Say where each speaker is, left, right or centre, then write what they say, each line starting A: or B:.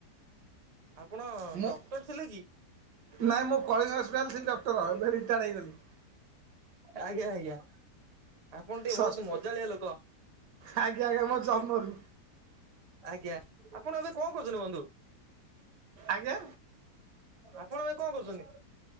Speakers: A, on the right; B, on the right.
A: ଆପଣ
B: ମୁଁ
A: ଡକ୍ଟର ଥିଲେ କି?
B: ନାଇଁ ମୁଁ କଳିଙ୍ଗ ହସ୍ପିଟାଲ ଥିଲି ଡକ୍ଟର ଏବେ ରିତାଡ଼ ହେଇଗଲି।
A: ଆଜ୍ଞା ଆଜ୍ଞା। ଆପଣ ଟିକେ
B: ଷଷ୍ଠ
A: ବୋହୁତୁ ମଜାଳିଆ ଲୋକ।
B: ଆଜ୍ଞା ଆଜ୍ଞା ମୋ ଜନ୍ମରୁ
A: ଆଜ୍ଞା ଆପଣ ଏବେ କଣ କରୁଛନ୍ତି ବନ୍ଧୁ?
B: ଆଜ୍ଞା
A: ଆପଣ ଏବେ କଖ କରୁଛନ୍ତି?